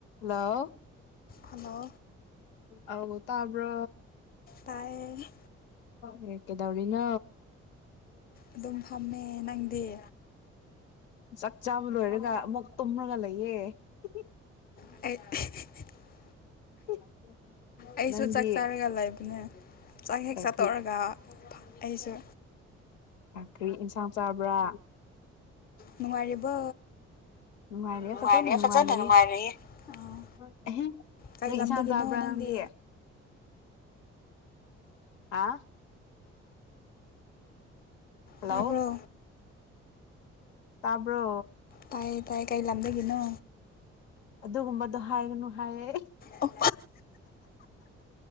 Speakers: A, on the left; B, on the left.
A: ꯍꯜꯂꯣ
B: ꯍꯜꯂꯣ
A: ꯑꯥꯎ ꯇꯥꯕ꯭ꯔꯣ
B: ꯇꯥꯏꯌꯦ
A: ꯑꯦ ꯀꯩꯗꯧꯔꯤꯅꯣ꯫
B: ꯑꯗꯨꯝ ꯐꯝꯃꯦ ꯅꯪꯗꯤ꯫
A: ꯆꯥꯛ ꯆꯥꯕ ꯂꯣꯏꯔꯒ ꯑꯃꯨꯛ ꯇꯨꯝꯃꯒ ꯂꯩ <unintelligible>
B: <inaudible>
A: <unintelligible>
B: ꯑꯩꯁꯨ
A: ꯅꯪꯗꯤ
B: ꯆꯥꯛ ꯆꯥꯔꯒ ꯂꯩꯕꯅꯦ ꯆꯥꯛ ꯍꯦꯛ
A: ꯑꯦ
B: ꯆꯥꯠꯇꯣꯛꯔꯒ
A: ꯀ꯭ꯔꯤ
B: ꯑꯩꯁꯨ
A: ꯀꯔꯤ ꯏꯟꯁꯥꯡ ꯆꯥꯕ꯭ꯔꯥ꯫
B: ꯅꯨꯡꯉꯥꯏꯔꯤꯕꯣ꯫
A: ꯅꯨꯡꯉꯥꯏꯔꯦꯍꯦ
B: ꯅꯨꯡꯉꯥꯏꯔꯤꯌꯦ
A: ꯐꯖꯅ ꯅꯨꯡꯉꯥꯏꯔꯦꯍꯦ
B: ꯅꯨꯡꯉꯥꯏꯔꯤꯌꯦ ꯑꯥ
A: ꯅꯣꯏ
B: ꯀꯩ
A: ꯀꯔꯤ
B: ꯂꯝꯗꯒꯤꯅꯣ
A: ꯏꯟꯁꯥꯡ ꯆꯥꯕ꯭ꯔꯥ
B: ꯅꯪꯗꯤ
A: ꯅꯪꯒꯤ ꯍꯥ꯫ ꯍꯜꯂꯣ
B: ꯇꯥꯕ꯭ꯔꯣ꯫
A: ꯇꯥꯕ꯭ꯔꯣ
B: ꯇꯥꯏꯌꯦ ꯇꯥꯏꯌꯦ ꯀꯩ ꯂꯝꯗꯒꯤꯅꯣ
A: ꯑꯗꯨꯒꯨꯝꯕꯗꯣ ꯍꯥꯏꯒꯅꯨ ꯍꯥꯏꯔꯦ
B: ꯑꯣ